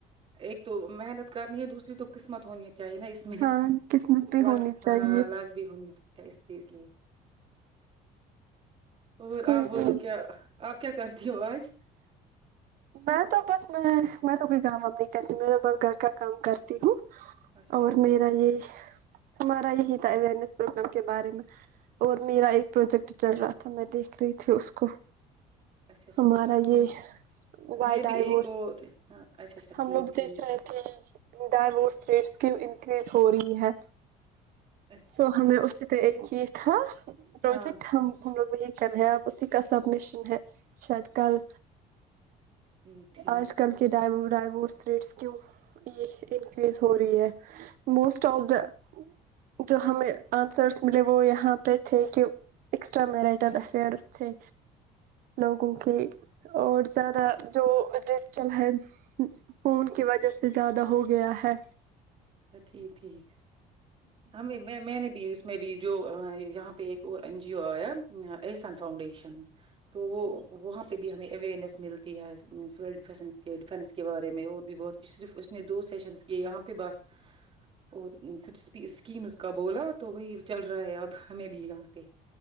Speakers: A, on the right (about 35°); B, on the right (about 60°).
A: ایک تو محنت کرنی ہے دوسری تو قسمت ہونی ہے چاہ نا اس میں
B: ہاں قسمت بھی
A: لاک
B: ہونی چاہیے
A: ہاں لاک بھی ہونی کیا اس چیز لی اور
B: کوئی
A: آپ
B: نہیں
A: بولو کیا آپ کیا کرتے ہیں دوج
B: میں تو بس میں میں تو کوئی کام و نہیں کرتی میں تو بس گھر کا کام کرتی ہوں
A: اچھا اچھا
B: اور
A: ٹھیک
B: میر یہ ہمارا یہی تھا اوئرنیس پروگرام کے بارے میں اور میرا ایک پروجیکٹ چل رہا تھا میں دیکھ رہی تھی اس کو
A: اچھا اچھا
B: ہمارا
A: ٹھیک ہم
B: جی وائ
A: میں بھی
B: ڈائیورس
A: ایک اور ہاں اچھا اچھا
B: ہم
A: ٹھیک
B: لوگ
A: ٹھیک
B: دیکھ رہے کہ ڈائیورس تھیٹس کی ان ہو رہی ہے
A: اچھا
B: سو
A: ٹھیک
B: ہم نے اسی پ ایک یہ تھا پروجیکٹ
A: ہاں
B: ہم وہی کر رہے آپ اسی کا سب مشن ہے شاید کل
A: ٹھیک ٹھیک
B: آج کل کے ڈائم ڈائیورس ریٹس کیوں یہ انکریز ہو رہی ہے موسٹ آف دا جو ہمیں آنسرس ملے وہ یہاں پہ تھے کہ ایکسٹرا میرٹل افیئرس تھے
A: اچھا
B: لوگوں کے اور زیادہ جو ڈیجیٹل ہے فون کی وجہ سے زیادہ ہو گیا ہے
A: ا ٹھیک ٹھیک ہمیں میں میں نے بھی اس میں بھی جو یہاں پہ ایک اور این جی او آیا اسن فاؤنڈیشن تو وہ وہاں پہ بھی ہمیں اویئرنیس ملتی ہے سییول ڈس کے ڈیفینس کے بارے میں اور بھی بہت کچھ صرف اس نے دو سیشنس کیے یہاں پہ بس اور کچھ اسکیمز کا بولا تو بھائی چل رہا ہے اب ہمیں بھی یہاں پہ